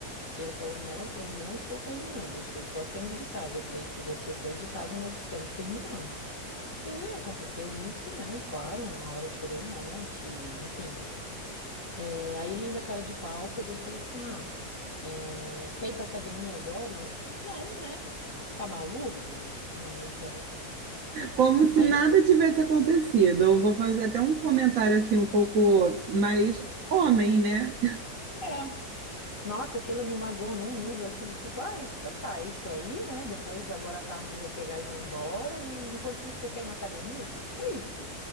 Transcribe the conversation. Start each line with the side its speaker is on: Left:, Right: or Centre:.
Left: E ele falou, não, eu não estou terminando, eu estou só saindo de casa. Eu falei, se você sair de casa, nós estamos terminando. E aconteceu isso, né? Claro, na hora eu chorei um monte, enfim. É, aí ele, ainda cara de pau, pegou e falou assim: Ah, é, quer ir pra academia agora? Eu, não, né? Tá maluco? Né? Então, enfim.
Right: Como se
Left: Aí
Right: nada
Left: ele,
Right: tivesse acontecido. Eu vou fazer até um comentário assim, um pouco mais homem, né?
Left: é. Nossa, aquilo me magoou num nível assim do tipo: Ah, então tá, é isso aí, né? Depois, agora à tarde, eu vou pegar e vou embora. E enquanto isso, você quer ir na academia? Tipo, que isso?